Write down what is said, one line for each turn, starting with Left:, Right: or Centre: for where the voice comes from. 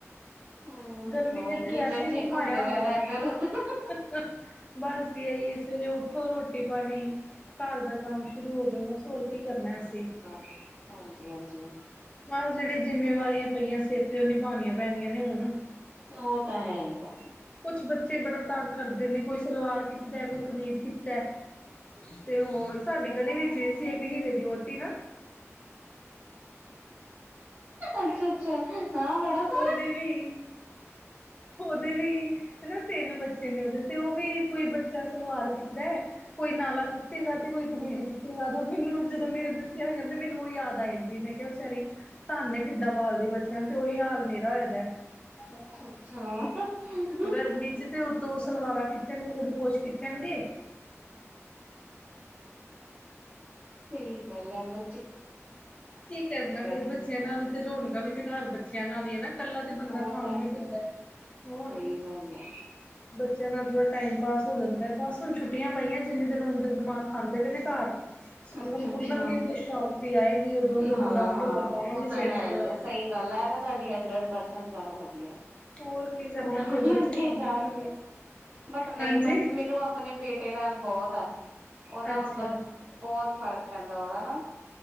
Right: ਹੋਰ
Left: ਗਰਮੀ
Right: ਸੁਣਾਓ
Left: ਨੇ ਤੇ
Right: ਕਿਚਨ
Left: ਵੈਸੇ
Right: ਚ ਹੀ
Left: ਘੁਮਾਇਆ
Right: ਘੁੰਮਦੇ ਰਹਨਾ
Left: ਹੋਇਆ
Right: ਇੱਧਰ
Left: ਹੈ।
Right: ਉਧਰ।
Left: <unintelligible> ਬਸ ਜੀ ਐਈਏ ਸਵੇਰੇ ਉਠੋ ਰੋਟੀ ਪਾਣੀ ਘਰ ਦਾ ਕੰਮ ਸ਼ੁਰੂ ਹੋ ਜੋ ਬਸ। ਹੋਰ ਕੀ ਕਰਨਾ ਅਸੀਂ।
Right: ਹਾਂ ਹਾਂਜੀ ਹਾਂਜੀ।
Left: ਨਾਲ ਜਿਹੜੀਆਂ ਜਿੰਮੇਵਾਰੀਆਂ ਪਈਆਂ ਸਿਰ ਤੇ ਉਹ ਨਿਭਉਣੀਆਂ ਪੈਣੀਆਂ ਨੇ ਹੁਣ।
Right: ਉਹ ਤਾਂ ਹੈ ਹਿਏ।
Left: ਕੁਛ ਬੱਚੇ ਬੜਾ ਤੰਗ ਕਰਦੇ ਨੇ ਕੋਈ ਸਲਵਾਰ ਖਿੱਚਦਾ ਕੋਈ ਕਮੀਜ਼ ਖਿੱਚਦਾ। ਤੇ ਹੋਰ ਸਾਡੀ ਗਲੀ ਵਿੱਚ ਵੀ ਸੀ ਇੱਕ ਹੀਰੇ ਦੀ ਵੋਹਟੀ ਨਾ।
Right: ਅੱਛਾ ਅੱਛਾ। ਨਾ ਬੜਾ ਸੋਹਣਾ
Left: ਉਹਦੇ ਵੀ ਉਹਦੇ ਵੀ ਹਨਾ ਤਿੰਨ ਬੱਚੇ ਨੇ ਉਹਦੇ ਤੇ ਉਹ ਵੀ ਕੋਈ ਬੱਚਾ ਸਲਵਾਰ ਖਿੱਚਦਾ ਹੈ ਕੋਈ ਨਾਲਾ ਖਿੱਚੇਗਾ ਤੇ ਕੋਈ ਕਮੀਜ਼ ਖਿੱਚ ਚੇ ਗਾ ਮੈਨੂੰ ਜਦੋਂ ਮੇਰੇ ਬੱਚਿਆਂ ਐਵੇ ਕਰਦੇ ਮੈਨੂੰ ਉਹ ਯਾਦ ਆ ਜਾਂਦੀ ਮੈਂ ਕਿਹਾ ਵੇਚਾਰੀ ਧੰਨ ਏ ਕਿੱਦਾਂ ਪਾਲਦੀ ਬੱਚਿਆਂ ਨੂੰ ਤੇ ਉਹੀ ਹਾਲ ਮੇਰਾ ਹੋਯਾਦਾ।
Right: ਅੱਛਾ ਅੱਛਾ <unintelligible>
Left: ਗਰਮੀ ਚ ਤੇ ਤੋਂ ਸਲਵਾਰਾਂ ਖਿੱਚਣਗੇ ਕਦੇ ਕੁਛ ਖਿੱਚਣਗੇ
Right: ਸਹੀ ਗੱਲ ਏ ਬ
Left: ਕੀ ਕਰਨਾ ਫੇਰ
Right: ਨੇ
Left: ਬੱਚਿਆਂ ਨਾਲ ਹੀ ਤੇ ਰੌਣਕਾ ਵੀ ਤੇ ਘਰ ਬੱਚਿਆਂ ਨਾਲ ਹਿਏਨਾ। ਕੱਲਾ ਤੇ ਬੰਦਾ
Right: ਉਹ
Left: ਖਾਣ
Right: ਤਾਂ
Left: ਨੁੰ ਹੀ ਪੈਂਦਾ। ਹੋਰ
Right: ਸਹੀ ਗੱਲ ਹੈ।
Left: ਬੱਚਿਆਂ ਨਾਲ ਥੋੜ੍ਹਾ ਟਾਈਮ ਪਾਸ ਹੋ ਜਾਂਦਾ ਬਸ ਹੁਣ ਛੁੱਟੀਆਂ ਪਈਆਂ ਜਿੰਨੀ ਦੇਰ ਓਹਨੀ ਦੇਰ ਦਿਮਾਗ ਖਾਂਦੇ ਪਏ ਨੇ ਘਰ। ਸਕੂਲ
Right: ਅੱਛਾ
Left: ਖੁੱਲਣਗੇ
Right: ਅੱਛਾ
Left: ਤੇ ਸ਼ਾਂਤੀ ਆਏਗੀ ਉਦੋਂ ਫੇਰ
Right: ਹਾਂ
Left: ਬਦਾਮ
Right: ਹਾਂ
Left: ਰੋਗਣ ਪਾਵਾਂਗੀ
Right: ਉਹ ਤਾਂ
Left: ਸਿਰ
Right: ਹੈ
Left: ਚ
Right: ਹੀ
Left: ਥੋੜਾ।
Right: ਆ ਸਹੀ ਗੱਲ ਹੈ ਤੇ ਤੁਹਾਡੀ ਹੰਡਰਡ ਪਰਸੈਂਟ ਗੱਲ ਵਧੀਆ।
Left: ਹੋਰ ਕੀ
Right: ਸਕੂਲ
Left: ਕਰਨਾ
Right: ਖੁਲਣਗੇ
Left: ਫਿਰ ਬੱਚੇ ਤੰਗ
Right: ਜਾਣਗੇ
Left: ਹੀ ਬੜਾ ਕਰਦੇ
Right: ਬਟ ਨਹੀਂ
Left: ਹਾਂਜੀ
Right: ਬਟ ਮੈਨੂੰ ਆਪ ਅਪਣੇ ਬੇਟੇ ਨਾਲ ਬਹੁਤ ਆ ਉਹਦਾ
Left: ਅੱਛਾ
Right: ਮਤਲਬ
Left: ਹਾਂ
Right: ਬਹੁਤ ਫ਼ਰਕ ਪੈਂਦਾ ਉਹਦਾ ਨਾ